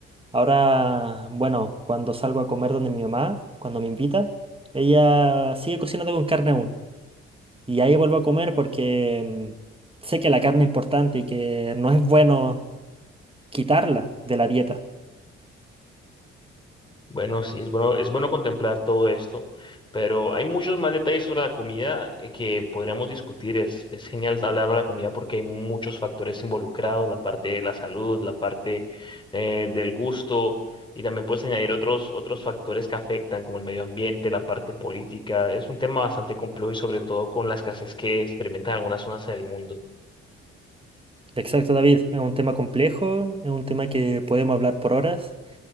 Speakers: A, on the right; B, on the left.
A: Ahora, bueno, cuando salgo a comer donde mi mamá, cuando me invita, ella sigue cocinando con carne aún. Y ahí vuelvo a comer porque mm, sé que la carne es importante y que no es bueno quitarla de la dieta.
B: Bueno, sí, es bueno, es bueno contemplar todo esto, pero hay muchos más detalles sobre la comida eh, que podríamos discutir. Es, es genial hablar de la comida porque hay muchos factores involucrados, la parte de la salud, la parte eh, del gusto, y también puedes añadir otros, otros factores que afectan, como el medio ambiente, la parte política. Es un tema bastante complejo y sobre todo con la escasez que experimentan algunas zonas del mundo.
A: Exacto, David. Es un tema complejo, es un tema que podemos hablar por horas